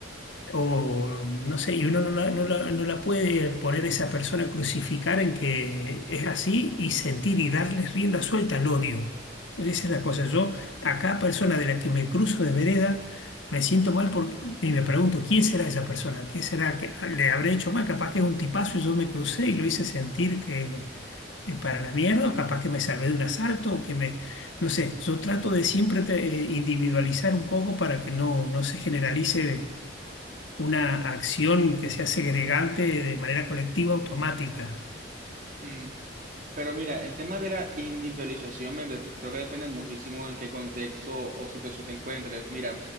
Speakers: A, on the left; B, on the right.
A: O no sé, y uno no la, no la- no la puede poner a esa persona, a crucificar en que es así y sentir y darles rienda suelta al odio. Esa es la cosa. Yo, a cada persona de la que me cruzo de vereda, me siento mal porque, y me pregunto, ¿quién será esa persona? ¿Qué será que le habré hecho mal? Capaz que es un tipazo y yo me crucé y lo hice sentir que es para la mierda, o capaz que me salvé de un asalto, o que me, no sé, yo trato de siempre te- eh, individualizar un poco para que no, no se generalice una acción que sea segregante de manera colectiva automática.
B: Mm. Pero mira, el tema de la individualización me, creo que depende muchísimo en qué contexto o situación te encuentres. Mira,